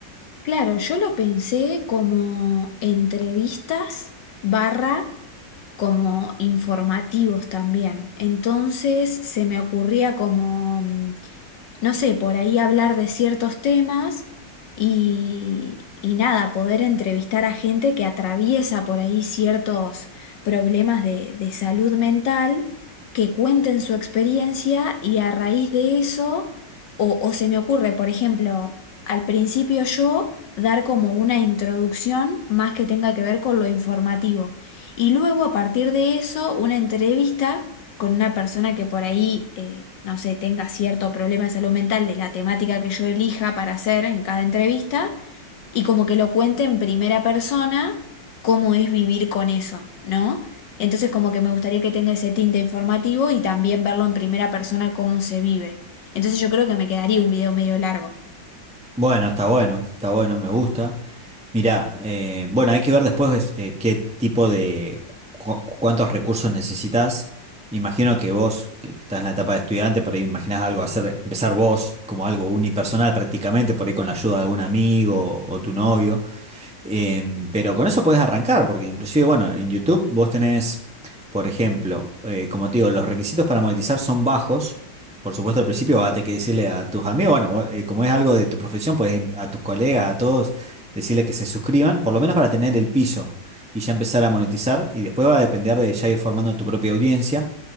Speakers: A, on the left; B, in the centre.
A: Claro, yo lo pensé como entrevistas barra como informativos también. Entonces se me ocurría como mm, no sé, por ahí hablar de ciertos temas y, y nada, poder entrevistar a gente que atraviesa por ahí ciertos problemas de, de salud mental, que cuenten su experiencia y a raíz de eso, o, o se me ocurre, por ejemplo, al principio yo dar como una introducción más que tenga que ver con lo informativo y luego a partir de eso una entrevista con una persona que por ahí, eh, no sé, tenga cierto problema de salud mental de la temática que yo elija para hacer en cada entrevista y como que lo cuente en primera persona cómo es vivir con eso, ¿no? Entonces como que me gustaría que tenga ese tinte informativo y también verlo en primera persona cómo se vive. Entonces yo creo que me quedaría un video medio largo.
B: Bueno, está bueno, está bueno, me gusta. Mirá, eh, bueno, hay que ver después eh, qué tipo de, cu- cuántos recursos necesitas. Imagino que vos, que estás en la etapa de estudiante, por ahí imaginás algo hacer, empezar vos como algo unipersonal prácticamente, por ahí con la ayuda de algún amigo o tu novio. Em, pero con eso puedes arrancar, porque inclusive, bueno, en YouTube vos tenés, por ejemplo, eh, como te digo, los requisitos para monetizar son bajos. Por supuesto, al principio vas a tener que decirle a tus amigos, bueno, vos, eh, como es algo de tu profesión, puedes in- a tus colegas, a todos, decirle que se suscriban, por lo menos para tener el piso y ya empezar a monetizar. Y después va a depender de ya ir formando tu propia audiencia.